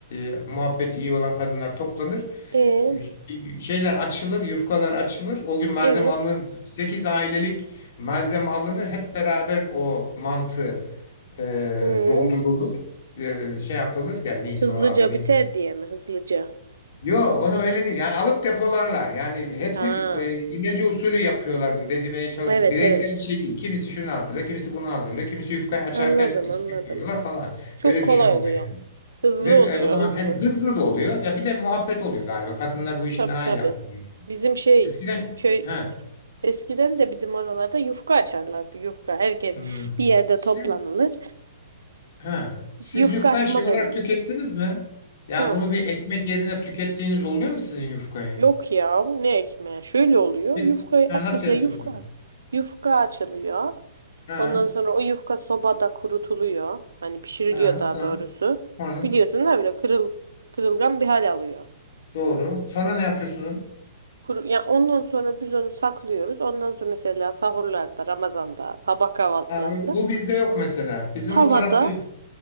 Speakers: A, on the left; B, on the right.
A: e, muhabbeti iyi olan kadınlar toplanır.
B: e,
A: E, Şeyler açılır, yufkalar açılır. O gün malzeme
B: evet.
A: alınır tabii. 8 ailelik malzeme alınır. Hep beraber o mantı e,
B: Hı.
A: doldurulur, e, şey yapılır yani neyse
B: Hızlıca
A: o adı neyse.
B: biter diye mi? Hızlıca.
A: Yo onu öyle değil yani alıp depolarlar yani hepsi
B: Ha.
A: bir- e, imece usulü yapıyorlar bunu dedirmeye çalışıyor.
B: Evet
A: Bireysel
B: evet.
A: bir şey değil kimisi şunu hazırlıyor kimisi bunu hazırlıyor kimisi yufkayı açarken
B: Anladım
A: içine
B: anladım.
A: koyuyorlar falan
B: Çok
A: öyle
B: kolay
A: düşünün olayı
B: oluyor.
A: yani.
B: Hızlı
A: Ve e,
B: oluyor
A: o zaman
B: hızlı.
A: hem hızlı da oluyor ya bir de muhabbet oluyor galiba kadınlar bu işi
B: Tabii
A: daha
B: tabii.
A: iyi yapıyor.
B: Bizim şey
A: Eskiden
B: köy
A: he,
B: eskiden de bizim oralarda yufka açarlardı. Yufka herkes
A: hmm,
B: bir yerde
A: siz
B: toplanılır.
A: Ha. Siz
B: Yufka
A: yufkayı
B: açma
A: şey olarak
B: dönemi.
A: tükettiniz mi? Yani
B: Hı.
A: bunu bir ekmek yerine tükettiğiniz oluyor mu sizin yufkayı?
B: Yok ya ne ekmeği. Şöyle oluyor.
A: Bir-
B: Yufka
A: Ha, nasıl
B: mesela
A: yapıyorsunuz?
B: yufka yufka açılıyor.
A: Ha,
B: Ondan sonra o yufka sobada kurutuluyor. Hani pişiriliyor
A: ha,
B: daha
A: sonra,
B: doğrusu.
A: sonra,
B: Biliyorsun da böyle kırıl, kırılgan bir hal alıyor.
A: doğru. Sonra ne yapıyorsunuz?
B: Kuru, ya ondan sonra biz onu saklıyoruz. Ondan sonra mesela sahurlarda, Ramazan'da, sabah kahvaltılarında
A: Ha, bu bu bizde yok mesela. Bizim
B: tavada
A: o tarafta yok.